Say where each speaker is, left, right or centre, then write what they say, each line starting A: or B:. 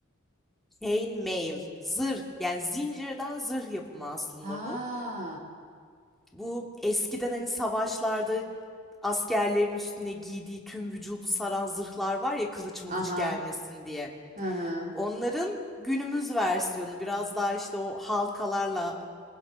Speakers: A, in the centre; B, on the right (about 40°).
A: Chainmail, zırh yani zincirden zırh yapımı aslında
B: Ha,
A: bu. Bu eskiden hani savaşlarda askerlerin üstüne giydiği tüm vücudu saran zırhlar var ya kılıç mılıç
B: aha,
A: gelmesin diye.
B: hı hı,
A: Onların günümüz versiyonu biraz daha işte o halkalarla